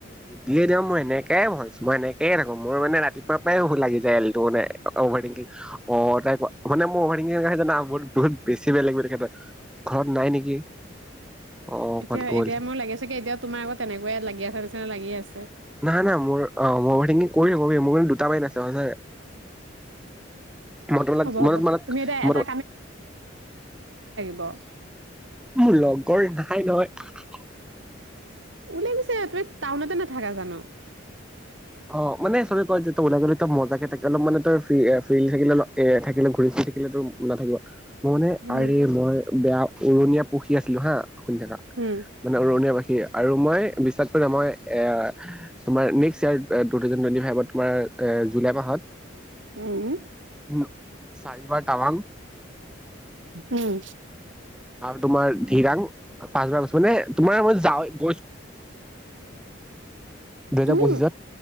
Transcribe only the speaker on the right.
এতিয়া
এতিয়া মোক লাগিছে কি এতিয়া তোমাৰ আকৌ তেনেকুৱা লাগি আছে নিচিনা লাগি আছে
হ'ব
হ'ব
তুমি এতিয়া এটা
অহঁ
উলাই গৈছে তুমি টাউনতে নাথাকা জানো।
উম
উম
উম
উম
তুমি